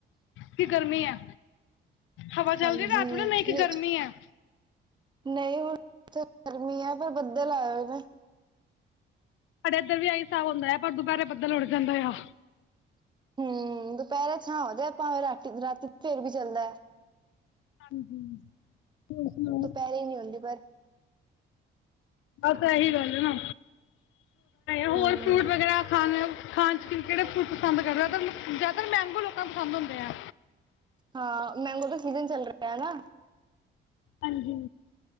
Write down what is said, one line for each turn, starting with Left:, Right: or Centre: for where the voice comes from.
Left: ਕੀ ਗਰਮੀ ਹੈ ਹਵਾ ਚੱਲਦੀ
Right: ਹਾਂਜੀ,
Left: ਹੈ ਰਾਤ ਵੇਲੇ ਕੇ
Right: ਨ
Left: ਨਹੀਂ ਗਰਮੀ ਹੈ।
Right: ਨਹੀਂ ਹੁਣ ਤੇ ਗਰਮੀ ਹੈ ਪਰ ਬੱਦਲ ਆਏ ਹੋਏ ਨੇ।
Left: ਸਾਡੇ ਇੱਧਰ ਵੀ ਆਹੀ ਹਿਸਾਬ ਹੁੰਦਾ ਆ ਪਰ ਦੁਪਹਿਰੇ ਬੱਦਲ ਉੱੜ ਜਾਂਦਾ ਆ।
Right: ਹਮ ਦੁਪਹਿਰੇ ਛ ਹਾਂ ਹੋਜਾਏ ਭਾਵੇਂ ਰਾਤੀ ਫੇਰ ਵੀ ਚੱਲਦਾ ਆ
Left: ਹਾਂਜੀ ਹੋਰ ਸੁਣਾਓ
Right: ਦੁਪਹਿਰੇ ਨੀ ਹੁੰਦੀ ਪਰ।
Left: ਅ ਤਾਂ ਇਹੀ ਗੱਲ ਹੈ ਨਾ ਹੋਰ
Right: ਹੂੰ।
Left: ਫਰੂਟ ਵਗੈਰਾ ਖਾਣੇ ਖਾਣ ਕਿਹੜੇ ਫਰੂਟ ਪਸੰਦ ਕਰਦੇ ਆ ਜ਼ਿਆਦਾਤਰ ਮੰਗੋ ਲੋਕਾਂ ਨੂੰ ਪਸੰਦ ਹੁੰਦੇ ਆ।
Right: ਹਾਂ ਮੈਂਗੋ ਦਾ ਸੀਜਨ ਚੱਲ ਰਿਹਾ ਹੈ ਨਾਂ
Left: ਹਾਂਜੀ।